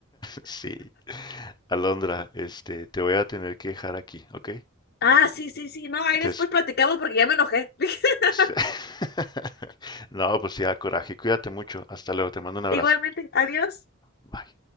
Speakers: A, on the left (about 20°); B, on the left (about 55°).
A: Sí, Alondra, este, te voy a tener que dejar aquí, ¿ok?
B: Ah, sí, sí, sí, no, ahí
A: Entonces,
B: después platicamos porque ya me enojé. <laughs>
A: <laughs> no, pues sí, da coraje, cuídate mucho, hasta luego, te mando un abrazo.
B: Igualmente, adiós.
A: Bye.